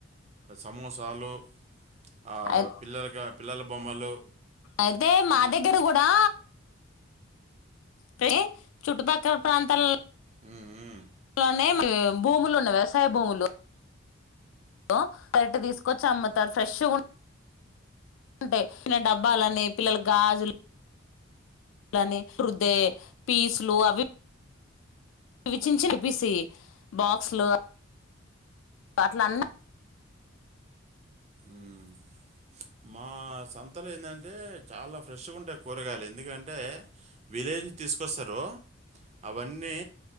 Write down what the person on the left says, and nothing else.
అయి
అయితే మా
దగ్గర కూడా పే చుట్టుపక్కల ప్రాంతాల
ఆలోనే భూములు ఉన్నాయి వ్యవసాయ భూములు వాటిని తీసుకొచ్చి అమ్ముతారు ఫ్రెష్ ఉంటాయి చిన్న డాబాలునాయి పిల్లల గాజులు లాని రుదే పీసులు అవి ఇవి చిన్నచిన్న పీస్ బాక్స్లు అట్లన్న